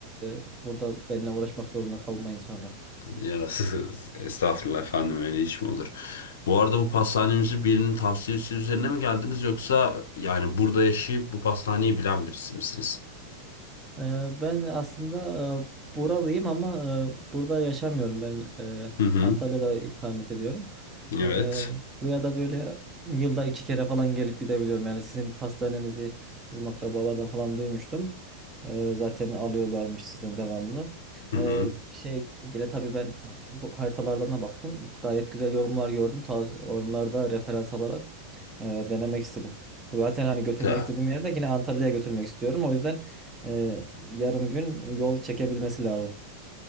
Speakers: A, on the right; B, on the left.
A: e, burada benimle uğraşmak zorunda kalmayın sonra.
B: Ya, <laughs> estağfurullah efendim öyle iş mi olur? Bu arada bu pastanemizi birinin tavsiyesi üzerine mi geldiniz yoksa yani burada yaşayıp bu pastaneyi bilen birisi misiniz?
A: Ee, Ben aslında e, buralıyım ama e, burada yaşamıyorum. Ben e,
B: Hı hı,
A: Antalya'da ikamet ediyorum.
B: evet.
A: Ee, Buraya da böyle yılda iki kere falan gelip gidebiliyorum. Yani sizin pastanenizi bizim akrabalardan falan duymuştum. Ee, Zaten alıyorlarmış sizden devamlı.
B: Hı
A: Ee,
B: hı.
A: Şey yine tabii ben bu haritalardan da baktım. Gayet güzel yorumlar gördüm. Ta onlarda referans alarak e, denemek istedim. Zaten hani götürmek
B: Da.
A: istediğim yerde yine Antalya'ya götürmek istiyorum. O yüzden ee, yarım gün yol çekebilmesi lazım.